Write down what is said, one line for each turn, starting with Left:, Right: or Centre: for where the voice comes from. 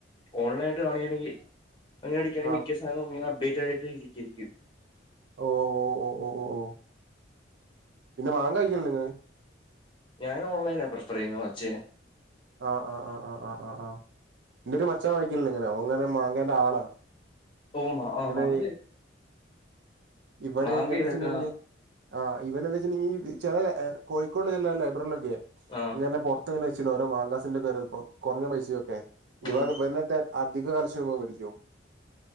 Left: ഓൺലൈനായിട്ട് കാണികാണെങ്കിൽ അങ്ങനെ അടിക്കാണെങ്കി
Right: ആഹ്
Left: മിക്ക <unintelligible> ഇരിക്കിരിക്ക്.
Right: ഓഹ് ഓഹ് ഓഹ് പിന്നെ മാങ്ങ കഴിക്കണില്ലെ.
Left: ഞാൻ ഓൺലൈന പ്രിഫർ ചെയ്യുന്നു മച്ചെ
Right: ആഹ് ആഹ് ആഹ് ആഹ് ആ ആ ആ ഇന്റെരു. തകം വായിക്കണ്ട ഇങ്ങനാ അങ്ങനെ മാങ്ങേന്റെ ആളാ
Left: ഓ മാ
Right: ഇങ്ങനെ
Left: മാങ്ക
Right: ഇവന
Left: മാങ്ക
Right: എങ്ങനെ
Left: ഇതൊക്കെ
Right: വെച്ചിട്ടുണ്ടെങ്കില് ആഹ് ഇവൻ എന്താ വെച്ചിട്ടുണ്ടെങ്കിൽ ചില കോഴിക്കോട് ചില ലൈബ്രറികളൊക്കെ
Left: ആ
Right: ഇങ്ങനെ <unintelligible> കൊറഞ്ഞ പൈസക്കൊക്കെ <unintelligible>
Left: ഉം
Right: അധിക കർശമേടിക്കോ